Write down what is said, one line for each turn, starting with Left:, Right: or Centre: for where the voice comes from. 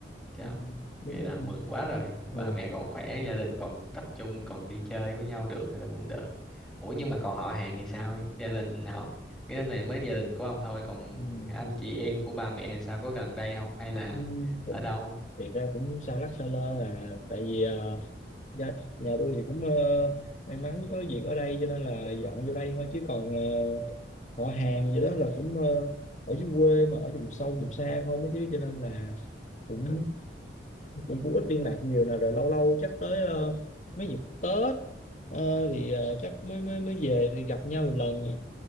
Centre: Trời,
Left: Ừ, đúng
Centre: vậy
Left: rồi
Centre: là mừng quá rồi.
Left: ừ,
Centre: Ba mẹ còn khỏe, gia đình còn tập trung, còn đi chơi với nhau được thì là cũng được. Ủa nhưng mà còn họ hàng thì sao? Gia đình họ cái này mới gia đình của ông thôi, còn
Left: ừ,
Centre: anh
Left: thật.
Centre: chị em của ba mẹ sao có gần đây không hay là
Left: Ừ, cũng-
Centre: ở đâu?
Left: thiệt ra cũng xa lắc xa lơ là tại vì ờ, Dạ, nhà tôi thì cũng ờ, may mắn có việc ở đây cho nên là dọn vô đây thôi chứ còn ờ, họ hàng gì đó là cũng ờ, ở dưới quê mà ở vùng sâu vùng xa không ấy chứ cho nên là cũng cũng cũng ít liên lạc nhiều nè rồi lâu lâu chắc tới ờ, mấy dịp Tết ờ, thì ờ, chắc mới mới mới về thì gặp nhau một lần